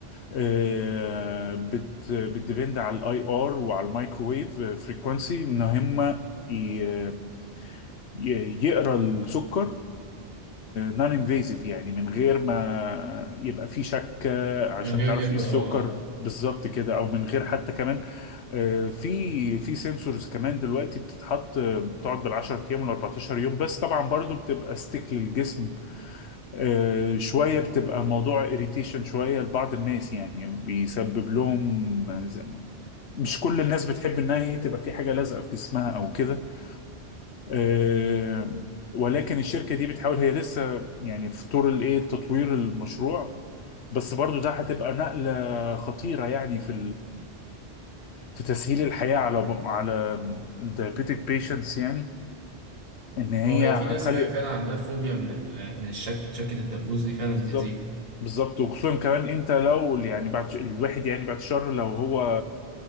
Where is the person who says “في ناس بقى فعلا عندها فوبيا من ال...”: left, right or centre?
Right